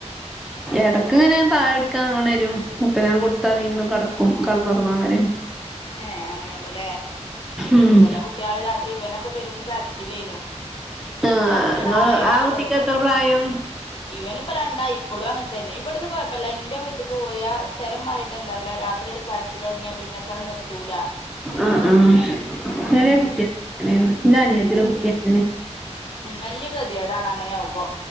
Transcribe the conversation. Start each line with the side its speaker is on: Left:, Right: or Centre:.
Centre: എടെക്ക്ങ്ങെനെ പാലുടിക്കാൻ ഒണെരും അപ്പ ഞാ കൊട്ത്താ വീണ്ടും കട്ക്കും കടന്നാെർങ്ങും അങ്ങെനെ
Left: ഏഹ് അങ്ങെനെയൊള്ളുലേ
Centre: ഉം
Left: അ ചെലെ കു ട്ട്യാള് രാത്രി ഇവനൊക്കെ പെരും കര്ച്ചിലേനു
Centre: ആഹ്
Left: രാത്ര്യാണ്ടായാ
Centre: ആ കുട്ടിക്ക്
Left: താെട്ങ്ങും
Centre: എത്ര പ്രായം
Left: ഇവന്പ്പ രണ്ടായി ഇപ്പളും അങ്ങൻതന്നെ ഇവട്ന്ന് കൊഴപ്പല്ല ഇന്റെ വീട്ട്ക്ക് പോയ സ്ഥലം മാറീട്ടാെ എന്താന്നറീല്ല രാത്രി കര്ച്ചിലാെട്ങ്ങ്യാ പിന്നെക്കത് നിർത്തൂല
Centre: ആഹ് ആഹ്
Left: ഉം
Centre: ചെലേ കുട്ട്യള് നേണ് ന്റെ അനിയത്തിടെ
Left: ഉം
Centre: കുട്ടി അങ്ങെനെ
Left: ഉം വല്യ കെത്യേടാണ് അങ്ങെനെ അവുമ്പോ